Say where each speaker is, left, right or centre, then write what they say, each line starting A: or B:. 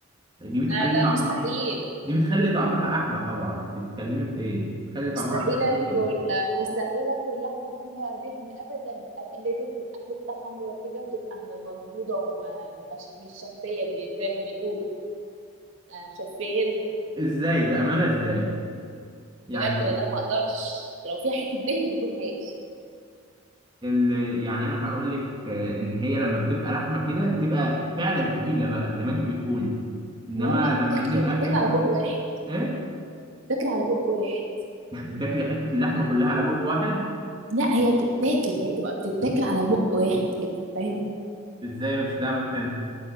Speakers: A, on the right; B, on the right.
A: دي بتخلي
B: لا لا
A: طعمها
B: مستحيل
A: دي بتخلي طعمها احلى طبعا انت بتتكلمي في ايه بتخلي
B: مستحيل
A: طعمها احلى كتير
B: أكل مستحيل أكل لحمة فيها دهن أبدا أبقى لازم تبقى حتة حمرا كده وتبقى م- منقوضة ومش مش مش شفية زي زي ما بيقولوا آه، شفينها
A: ازاي بامانه ازاي يعني
B: بجد والله ما اقدرش لو فيها حته دهن ما اكلهاش
A: ال... يعني انا هقول لك ان هي لما بتبقى لحمه كده بتبقى فعلا تقيله بقى زي ما انت بتقولي انما
B: لا لا بتاكل
A: لما تبقى
B: بتاكل
A: فيها
B: على
A: حته
B: بق واحد
A: ايه
B: بتاكل على بق واحد
A: <laughs> بتاكلي حته اللحمه كلها على بق واحد
B: لا هي بتتاكل هي تبقى بتتاكل على بق واحد كده فاهم
A: ازاي مش لا ما فهمت